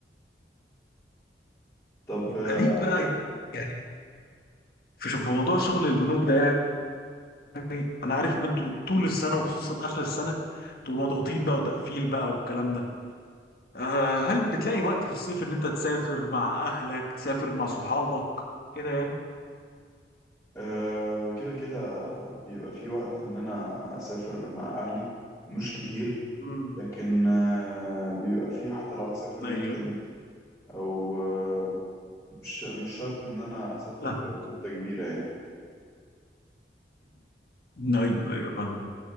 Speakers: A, on the left; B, on the left.
A: طب
B: يبقى
A: آه،
B: ليك بقى يعني في شوف- في موضوع شغل البنوك ده يعني انا عارف ان انتوا طول السنه وخصوصا اخر السنه بتبقوا مضغوطين بقى وتقفيل بقى والكلام ده آه، هل بتلاقي وقت في الصيف ان انت تسافر مع اهلك تسافر مع صحابك كده يعني
A: آه، كده كده بيبقى في وقت إن أنا أسافر مع أهلي مش كتير
B: امم
A: لكن آه، بيبقى في حتى لو هسافر ويك
B: ايوه
A: إند أو آه، مش مش شرط إن أنا أسافر
B: فاهم
A: مدة كبيرة يعني
B: <clears throat> ايوه ايوه فاهم